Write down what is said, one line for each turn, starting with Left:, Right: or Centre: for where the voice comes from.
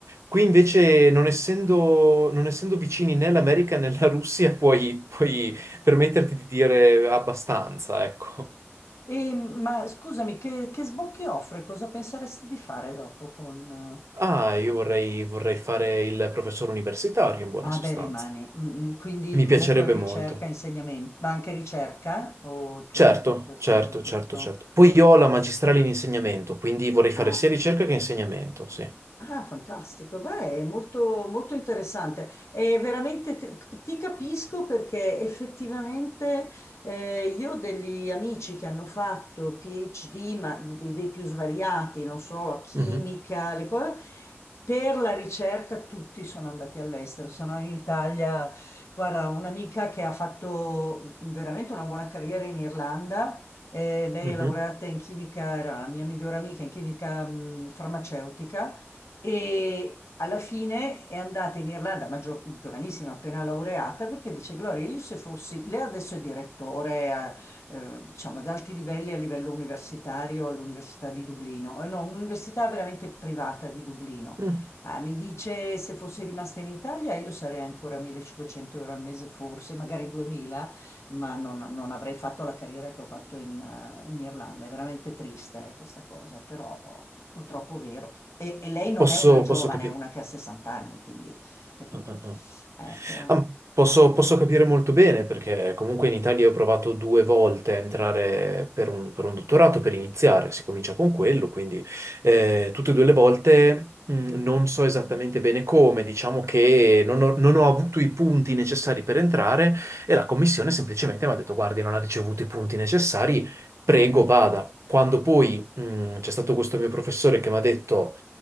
Right: Qui invece, non essendo, non essendo vicini né l'America né la Russia, <laughs> puoi, puoi permetterti di dire abbastanza, ecco.
Left: E, ma scusami, che, che sbocchi offre? Cosa penseresti di fare dopo con... eh,
Right: Ah, io vorrei, vorrei fare il professore universitario in buona
Left: Ah,
Right: sostanza.
Left: beh, rimani. Mm, mm, quindi
Right: Mi
Left: comunque
Right: piacerebbe
Left: ricerca,
Right: molto.
Left: insegnamento, ma anche ricerca? O cioè,
Right: Certo,
Left: tu- tu- beh, sarebbe
Right: certo,
Left: tutto...
Right: certo, certo. Poi io ho la magistrale in insegnamento, quindi vorrei fare
Left: Ah,
Right: sia ricerca che insegnamento, sì.
Left: Ah, fantastico, beh, è molto, molto interessante. È veramente, tr- ti capisco perché effettivamente eh, io ho degli amici che hanno fatto PhD, ma di- dei più svariati, non so, chimica,
Right: Mhm,
Left: le cose. Per la ricerca tutti sono andati all'estero, sono in Italia. Guarda, un'amica che ha fatto veramente una buona carriera in Irlanda. eh, lei
Right: mhm.
Left: è laureata in chimica, era la mia migliore amica in chimica, mh, farmaceutica e alla fine è andata in Irlanda, ma gio- giovanissima, appena laureata, perché dice: Gloria, io se fossi, lei adesso è direttore, eh, eh, diciamo, ad alti livelli a livello universitario all'Università di Dublino, Eh, no, un'università veramente privata di Dublino.
Right: Mm.
Left: Ma mi dice se fossi rimasta in Italia io sarei ancora a 1500 euro al mese forse, magari 2000, ma non, non avrei fatto la carriera che ho fatto in, eh, in Irlanda. È veramente triste, eh, questa cosa, però purtroppo è vero. E, e lei non
Right: Posso,
Left: è una giovane,
Right: posso capire.
Left: è una che ha 60 anni, quindi capito.
Right: Ah, ah, ah.
Left: Eh, eh,
Right: Ah, posso, posso capire molto bene perché comunque in Italia ho provato due volte a entrare per un, per un dottorato per iniziare, si comincia con quello, quindi eh, tutte e due le volte mh, non so esattamente bene come, diciamo che non ho, non ho avuto i punti necessari per entrare e la commissione semplicemente mi ha detto guardi, non ha ricevuto i punti necessari, prego vada. Quando poi mh, c'è stato questo mio professore che mi ha detto